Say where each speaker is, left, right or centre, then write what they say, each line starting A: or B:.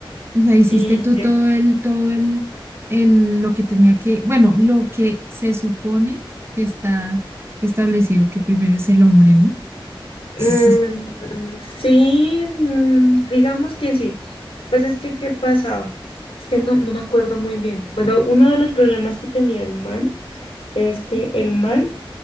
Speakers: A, on the right (about 25°); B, on the left (about 85°).
A: O sea, hiciste
B: Y
A: tú
B: ya.
A: todo el, todo el, el, lo que tenía que, bueno, lo que se supone que está establecido, que primero es el hombre, ¿no?
B: Mm,
A: <laughs>
B: sí, mm, digamos que sí. Pues es que, ¿qué pasaba? Es que no, no me acuerdo muy bien. Pero uno de los problemas que tenía el man Es que el man